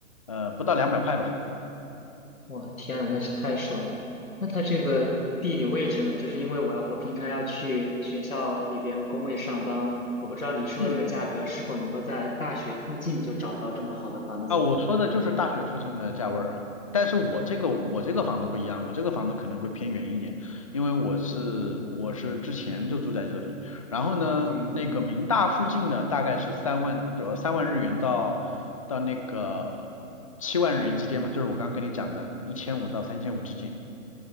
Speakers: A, on the left (about 25°); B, on the left (about 80°).
A: 呃不到两百块吧。
B: 我天呐，那是太爽了！那它这个地理位置呢？就是因为我要我平常要去学校里边工位上班，我不知道你说这个价格是否能够在大学附近就找到这么好的房子。
A: 嗯，啊，我说的就是大学附近的价位儿啊，但是我这个我这个房子不一样，我这个房子可能会偏远一点，因为我是我是之前就住在这里，然后呢，
B: 嗯，
A: 那个民大附近的大概是三万就三万日元到到那个七万日元之间嘛，就是我刚刚跟你讲的，一千五到三千五之间。